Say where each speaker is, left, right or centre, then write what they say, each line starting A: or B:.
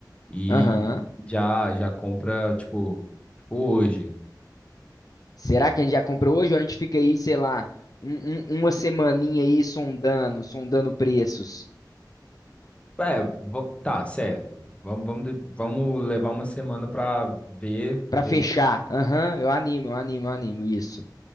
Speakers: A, on the left (about 15°); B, on the left (about 55°).
A: e
B: Aham.
A: já já compra, tipo, tipo hoje.
B: Será que a gente já comprou hoje ou a gente fica aí, sei lá, um- um- uma semaninha aí sondando, sondando preços
A: É, vo- tá, certo. Vamos, vamos, de- vamos levar uma semana para ver,
B: para
A: ver.
B: fechar? Aham, eu animo, eu animo, eu animo isso.